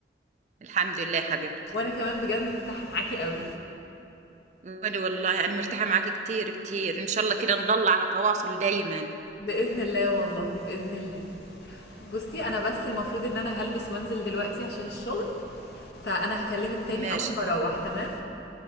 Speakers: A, on the right; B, on the left.
A: الحمد لله حبيبتي
B: وأنا كمان بجد مرتاحة معاكِ أوي.
A: وأنا والله أنا مرتاحة معك كتير كتير إن شاء الله كده نضل على تواصل دايما
B: بإذن الله والله، بإذن الله. بُصّي، أنا بس المفروض إن أنا هالبس وأنزل دلوقتي عشان الشغل، فأنا هاكلمِك تاني
A: ماشي
B: أول ما أروّح تمام؟